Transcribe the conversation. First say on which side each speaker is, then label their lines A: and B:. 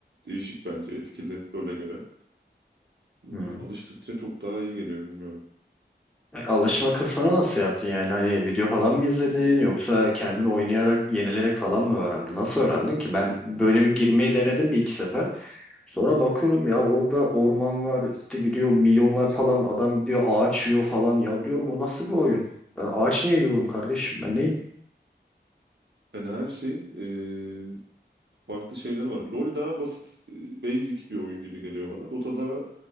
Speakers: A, on the right; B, in the centre.
A: değişik bence etkili LoL'e göre. Bilmiyorum,
B: Hı.
A: Alıştıkça çok daha iyi geliyor bilmiyorum.
B: E, Alışma kısmını nasıl yaptın yani? Hani video falan mı izledin yoksa kendin oynayarak, yenilerek falan mı öğrendin? Nasıl öğrendin ki? Ben böyle bir girmeyi denedim bir iki sefer. Sonra bakıyorum ya orada orman var işte gidiyor milyonlar falan adam gidiyor ağaç yiyor falan ya diyorum bu nasıl bir oyun? Ben ağaç niye yiyorum kardeşim ben neyim?
A: Yani her şeyin ee, farklı şeyler var. LoL daha basit, e, basic bir oyun gibi geliyor bana. Dota'da